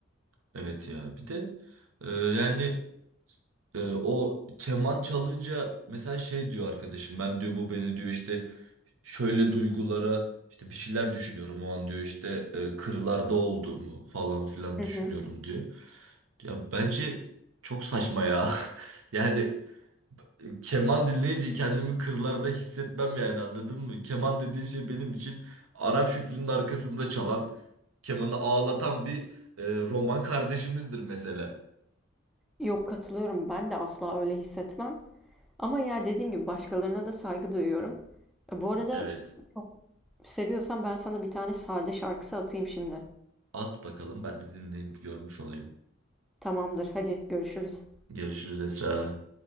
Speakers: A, on the right (about 85°); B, in the centre.
A: Evet ya bir de e, yani e, o keman çalınca mesela şey diyor arkadaşım ben diyor bu beni diyor işte şöyle duygulara işte bir şeyler düşünüyorum o an diyor işte e, kırlarda olduğumu falan filan
B: Hı
A: düşünüyorum
B: hı.
A: diyor. Ya bence çok saçma ya. <laughs> Yani Keman dinleyince kendimi kırlarda hissetmem yani anladın mı? Keman dediğin şey benim için Arap Şükrü'nün arkasında çalan, kemanı ağlatan bir e, roman kardeşimizdir mesela.
B: Yok katılıyorum. Ben de asla öyle hissetmem. Ama ya dediğim gibi başkalarına da saygı duyuyorum. E, Bu arada
A: Evet.
B: çok seviyorsan ben sana bir tane sade şarkısı atayım şimdi.
A: At bakalım ben de dinleyip görmüş olayım.
B: Tamamdır, hadi görüşürüz.
A: Görüşürüz Esra.